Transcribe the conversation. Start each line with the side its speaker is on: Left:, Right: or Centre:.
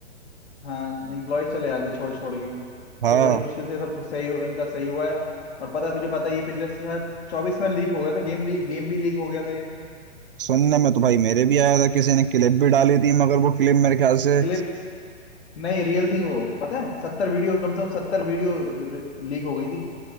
Left: हाँ एम्प्लॉयज चले जाते छोड़ छोड़ के
Right: हाँ
Left: तो बड़ी मुश्किल से सब सही हो- इनका सही हुआ है और पता है तुझे पता है ये पिछले शायद चौबीस में लीक हो गया था गेम लीक गेम भी लीक हो गया था ये
Right: सुनने में तो भाई मेरे भी आया था किसी ने क्लिप भी डाली थी मगर वो क्लिप मेरे ख्याल से
Left: क्लिप्स नहीं रियल थी वो पता है सत्तर वीडियो कम से कम सत्तर वीडियो लीक हो गई थी